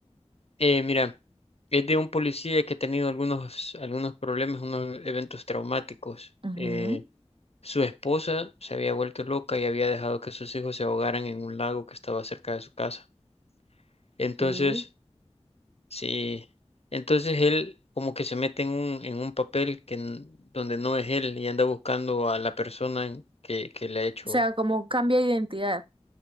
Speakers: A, on the left (about 65°); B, on the right (about 50°).
A: Eh, mira, es de un policía que ha tenido algunos, algunos problemas, unos eventos traumáticos.
B: Ujú,
A: Eh, su esposa se había vuelto loca y había dejado que sus hijos se ahogaran en un lago que estaba cerca de su casa. Entonces,
B: sí.
A: sí, entonces él como que se mete en un, en un papel que, n- donde no es él y anda buscando a la persona en- que, que le ha hecho.
B: O sea, como cambia de identidad.